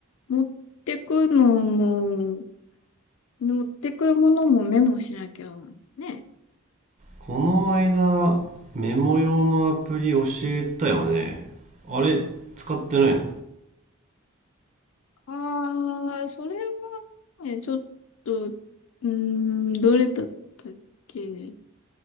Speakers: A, on the left; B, on the right.
A: 持ってくのも、持ってくものもメモしなきゃね。
B: この間、メモ用のアプリ教えたよね。あれ、使ってないの
A: ああ、それはね、ちょっと、うーん、どれだったっけ